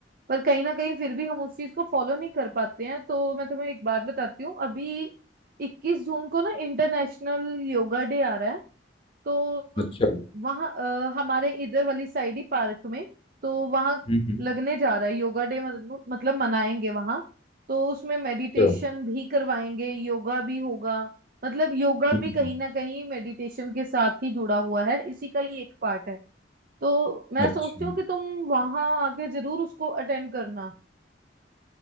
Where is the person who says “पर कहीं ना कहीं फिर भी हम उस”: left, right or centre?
Right